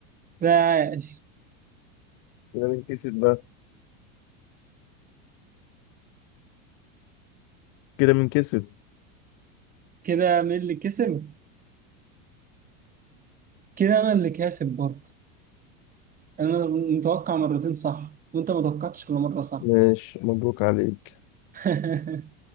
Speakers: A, on the right; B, on the left.
A: ده عاش
B: كده مين كسب بقى كده مين كسب
A: كده مين اللي كسب كده انا اللي كاسب برضه انا متوقع مرتين صح وانت ما توقعتش كل مره صح
B: ماشي مبروك عليك
A: <laughs>